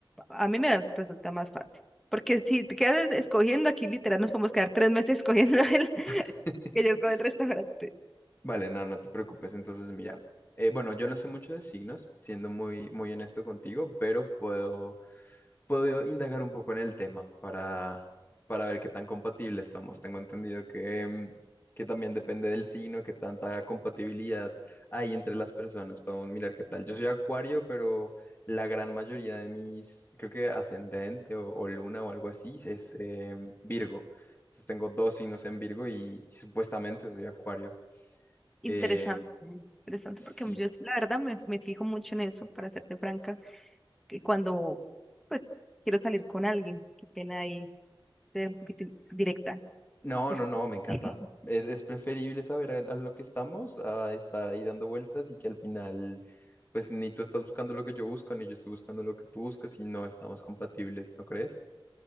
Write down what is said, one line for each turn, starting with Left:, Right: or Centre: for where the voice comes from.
Centre: a mí me resulta más fácil. Porque si te quedas escogiendo aquí, literal, nos podemos quedar tres meses escogiendo el, <laughs>
Left: <laughs>
Centre: que yo escojo el restaurante.
Left: Vale, no, no te preocupes. Entonces, mira, eh, bueno, yo no sé mucho de signos, siendo muy, muy honesto contigo, pero puedo puedo indagar un poco en el tema para, para ver qué tan compatibles somos. Tengo entendido que, mm, que también depende del signo, qué tanta compatibilidad hay entre las personas. Podemos mirar qué tal. Yo soy Acuario, pero la gran mayoría de mis, creo que ascendente o, o luna o algo así, es eh, Virgo. Entonces tengo dos signos en Virgo y, y supuestamente soy Acuario.
Centre: Interesante,
Left: Em,
Centre: interesante,
Left: sí.
Centre: porque yo la verdad me, me fijo mucho en eso, para serte franca, que cuando pues quiero salir con alguien, qué pena ahí ser un poquito directa.
Left: No,
Centre: disculpe.
Left: no, no, me encanta.
Centre: <laughs>
Left: Es, es preferible saber a, a lo que estamos a estar ahí dando vueltas y que al final, pues ni tú estás buscando lo que yo busco, ni yo estoy buscando lo que tú buscas y no estamos compatibles, ¿no crees?